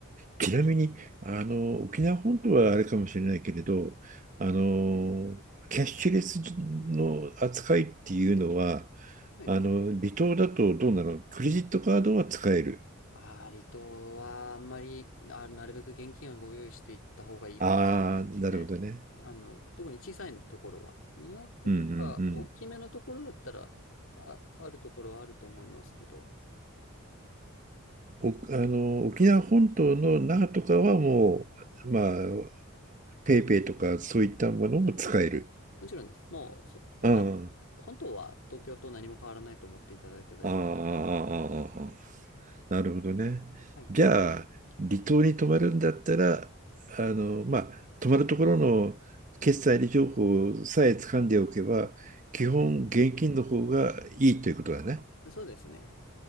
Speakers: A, on the right; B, on the left.
A: ちなみに、あの、沖縄本島はあれかもしれないけれど、あの、キャッシュレスの扱いっていうのは、
B: はい。
A: あの、離島だとどうなのクレジットカードは使える。
B: ああ、離島はあんまり、あ、なるべく現金はご用意していった方がいいかもしれないですね。
A: ああ、なるほどね。
B: あの、特に小さいところは、都とか大きめのところだったら、
A: うんうんうん。
B: あ、あるところはあると思いますけど、
A: お、あの、沖縄本島の那覇とかはもう、まあ、ペイペイとかそういったものも使える。
B: もちろんです。もう、そ、あ、
A: ああ、
B: 本当は東京と何も変わらないと思っていただいて大丈夫
A: ああ、ああ、ああ。なるほどね。
B: はい。
A: じゃあ、離島に泊まるんだったら、あの、まあ、泊まるところの決済情報さえ掴んでおけば、基本現金の方がいいということだね。
B: <laughs> そうですね。